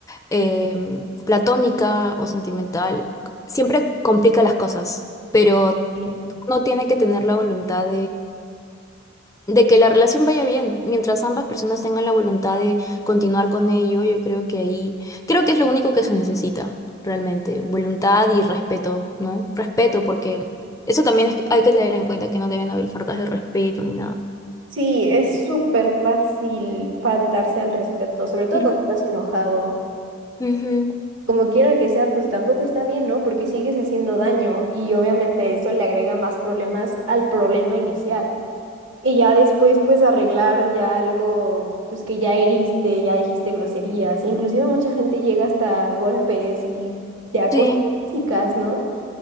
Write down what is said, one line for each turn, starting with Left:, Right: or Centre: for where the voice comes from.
Left: em, platónica o sentimental, siempre complica las cosas, pero
Right: Sí.
Left: uno tiene que tener la voluntad de que la relación vaya bien, mientras ambas personas tengan la voluntad de continuar con ello, yo creo que ahí, creo que es lo único que se necesita realmente, voluntad y respeto, ¿no? Respeto, porque eso también es- hay que tener en cuenta que no deben haber faltas de respeto ni nada.
Right: Sí, es súper fácil faltarse al respeto, sobre todo
Left: Ujú.
Right: cuando estás enojado.
Left: Ujú,
Right: como quiera que sea, pues tampoco está bien, ¿no? Porque sigues haciendo daño y obviamente eso le agrega más problemas al problema inicial. Y ya después, pues arreglar ya algo, pues que ya heriste, ya dijiste groserías. Inclusive mucha gente llega hasta golpes y ya
Left: Sí,
Right: cosas físicas, ¿no?